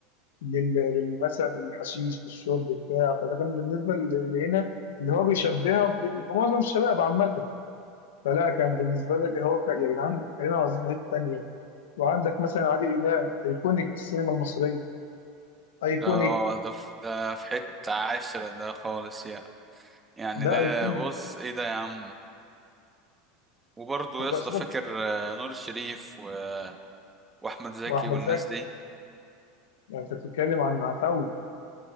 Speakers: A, on the left; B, on the right.
A: لل لل- مثلا للحشيش للشرب بتاع فده كان بالنسبه اللي هنا اللي هو بيشبهها بال- بمعظم الشباب عامه فلا كان بالنسبه لك هو ك- يا جدعان كريم عبد العزيز في حته تانيه وعندك مثلا عادل امام ايكونيك في السينما المصريه ايكونيك
B: ده اه ده في ده في حتة عاشرة ده خالص يعني يعني
A: ده
B: ده
A: ايكونيك
B: بص ايه ده يا عم وبرضه
A: أنت
B: يا اسطى
A: أصلاً-
B: فاكر آه، نور الشريف و- واحمد زكي
A: واحمد
B: والناس
A: زكي
B: دي
A: يعني انت بتتكلم عن عتاوله